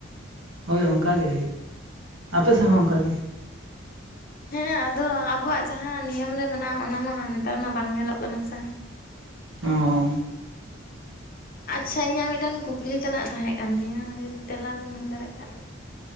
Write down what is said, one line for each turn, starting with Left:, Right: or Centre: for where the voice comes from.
Right: ᱦᱳᱭ ᱚᱱᱠᱟᱜᱮ ᱦᱩᱭᱩᱜ ᱟᱯᱮᱥᱮᱫ ᱦᱚᱸ ᱚᱱᱠᱟᱜᱮ
Left: ᱦᱮᱸ ᱟᱫᱚ ᱟᱵᱚᱣᱟᱜ ᱡᱟᱦᱟᱸ ᱱᱤᱭᱚᱢ ᱨᱮ ᱢᱮᱱᱟᱜᱼᱟ ᱚᱱᱟ ᱢᱟ ᱱᱮᱛᱟᱨ ᱢᱟ ᱵᱟᱝ ᱧᱮᱞᱚᱜ ᱠᱟᱱᱟ ᱥᱮ
Right: ᱚᱸᱻ
Left: ᱟᱪᱪᱷᱟ ᱤᱧᱟᱹᱜ ᱢᱤᱫᱴᱟᱝ ᱠᱩᱠᱞᱤ ᱛᱮᱱᱟᱜ ᱛᱟᱦᱮᱜ ᱠᱟᱱ ᱛᱤᱧᱟᱹ ᱡᱩᱫᱤ ᱛᱮᱞᱟ ᱵᱮᱱ ᱮᱢᱟᱢ ᱫᱟᱲᱮ ᱠᱷᱟᱱ